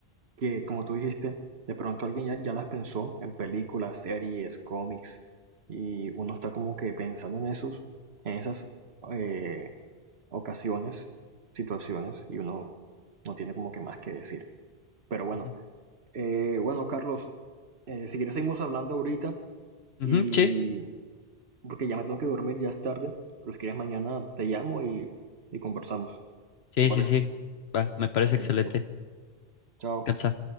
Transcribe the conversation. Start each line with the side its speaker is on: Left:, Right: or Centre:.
Right: que, como tú dijiste, de pronto alguien ya, ya las pensó en películas, series, cómics, y uno está como que pensando en esos, en esas eh, ocasiones, situaciones, y uno no tiene como que más que decir. Pero bueno,
Left: Ujú.
Right: eh, bueno, Carlos, eh, si quieres seguimos hablando ahorita,
Left: Ujú,
Right: y
Left: sí,
Right: porque ya me tengo que dormir, ya es tarde, pero si quieres mañana te llamo y, y conversamos,
Left: sí,
Right: ¿te parece?
Left: sí, sí. Va, me parece
Right: Dale,
Left: excelente.
Right: listo. Chao.
Left: Descansa.